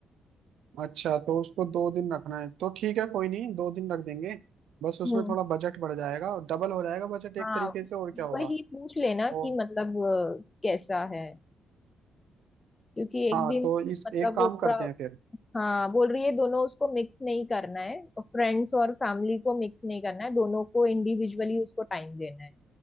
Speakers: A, on the right (about 80°); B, on the left (about 20°).
A: अच्छा तो उसको दो दिन रखना है तो ठीक है कोई नहीं दो दिन रख देंगे बस उसमें
B: हम्म
A: थोड़ा बजट बढ़ जाएगा और डबल हो जाएगा बजट एक
B: हाँ
A: तरीके से और क्या होगा
B: वही पूछ लेना कि
A: ओ
B: मतलब अ, कैसा है क्योंकि एक
A: हाँ
B: दिन
A: तो इस
B: मतलब
A: एक काम
B: वो पूरा
A: करते हैं फिर
B: हाँ बोल रही है दोनों उसको मिक्स नहीं करना है फ्रेंड्स और फैमिली को मिक्स नहीं करना है दोनों को इंडिविजुअली उसको टाइम देना है